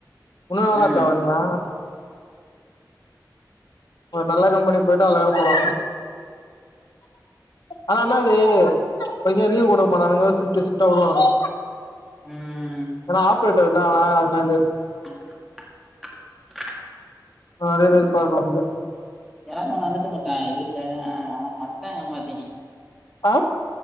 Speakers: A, on the left (about 65°); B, in the centre.
A: இன்னு என்னடா
B: ம்
A: தேவனையு ஒரு நல்ல கம்பெனி பேயிட்டா அழகா போலா ஆனா என்னாது கொஞ்சோ லீவு குடுக்கமாடானுங்க சிப்டு சிப்டா விடுவான்னுக
B: ம்
A: ஏனா ஆப்ரேட்டர்ல அவ அதனாலே
B: <unintelligible>
A: நெறைய வெருப்பாருக்கு அவுனுக்கு
B: எனக்கு ஒன்னு வந்துச்சு மச்சா இருந்தாலு மச்சா ஏமாத்தி
A: ஆ